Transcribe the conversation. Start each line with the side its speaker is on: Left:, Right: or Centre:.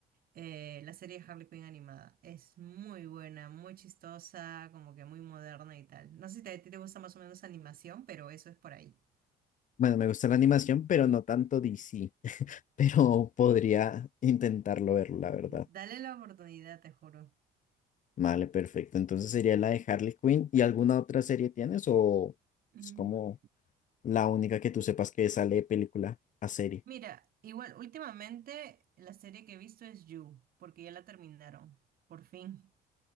Right: eh, la serie de Harley Quinn animada. Es muy buena, muy chistosa, como que muy moderna y tal. No sé si te- a ti te gusta más o menos animación, pero eso es por ahí.
Left: Bueno, me gusta la animación, pero no tanto DC. <laughs> Pero podría intentarlo ver, la verdad.
Right: Dale la oportunidad, te juro.
Left: Vale, perfecto. Entonces sería la de Harley Quinn. ¿Y alguna otra serie tienes o
Right: Mm.
Left: es como la única que tú sepas que sale de película a serie?
Right: Mira, igual últimamente la serie que he visto es You, porque ya la terminaron. Por fin.